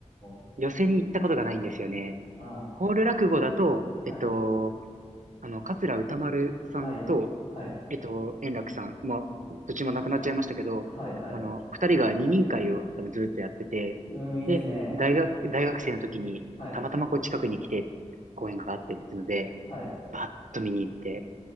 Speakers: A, on the left; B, on the right.
A: ー、
B: 寄席に行ったことがないんですよね。
A: あ
B: ホール落語だと、えっと、
A: ー、はい、
B: あの、桂歌丸さんと、
A: はい、はい、
B: えっと、円楽さん、まあ、どっちも亡くなっちゃいましたけど、
A: はい、はい。
B: あの、二人が二人会を多分ずっとやってて、
A: うーん、いいですね。
B: で、大学、大学生の時に、
A: はい、
B: たまたまこう近くに来て、公演があってっていうので、
A: はい、
B: バッと見に行って、